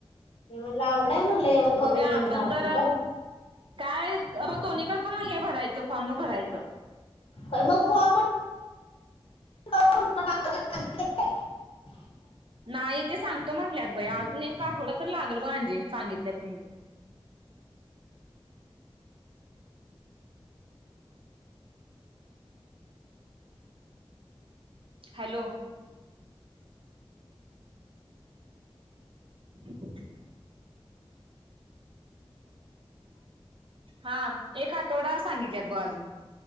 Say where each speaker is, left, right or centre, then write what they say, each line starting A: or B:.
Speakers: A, on the left; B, on the right.
A: मला अवघड हाय म्हणलं एवढं कमी
B: बघूया
A: म्हणजे
B: आपण
A: मार्क
B: तर
A: ग
B: काय हे बघ दोन्हीकडे पण हे भरायचं फॉर्म भरायचं
A: काय मग फॉर्म <unintelligible>
B: नाही ते सांगतो म्हटल्यात बई अजून एक आठवडा तर लागल अंजे सांगितल्यात तिने हॅलो <inaudible> हा एक आठवडा सांगितल्यात ब अजून